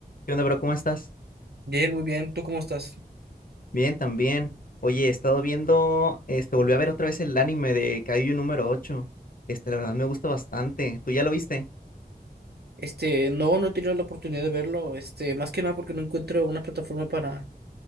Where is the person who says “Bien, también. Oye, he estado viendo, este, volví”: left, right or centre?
Left